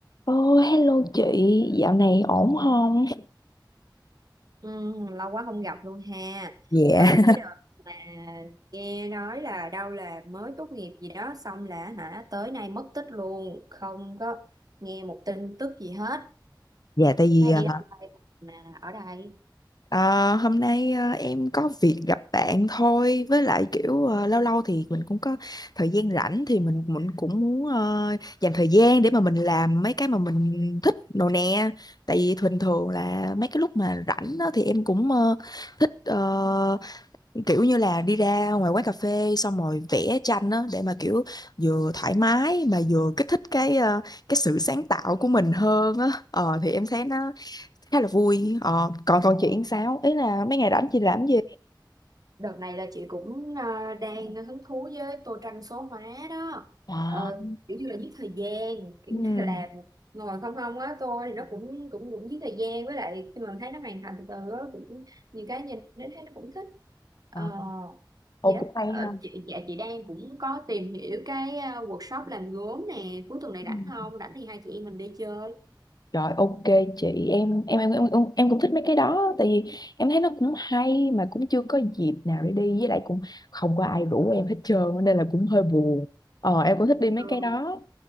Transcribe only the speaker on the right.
Ừ, lâu quá không gặp luôn ha.
Từ cái đợt mà nghe nói là đâu là mới tốt nghiệp gì đó xong là hả tới nay mất tích luôn, không có nghe một tin tức gì hết.
Nay
đi đâu đây mà ở đây.
Đợt này là chị cũng ờ, đang hứng thú với tô tranh số hóa đó
Ờ, kiểu như là giết thời gian kiểu
như là ngồi không không á tô thì nó cũng cũng cũng giết thời gian với lại khi mà mình thấy nó hoàn thành từ từ á cũng nhiều cái nhìn đến thấy nó cũng thích
Ờ,
gì đó
Ờ,
chị dạ chị đang cũng có tìm hiểu cái ờ, workshop làm gốm nè cuối tuần này rảnh
không rảnh thì hai chị em mình đi chơi
Ừ.
ừ.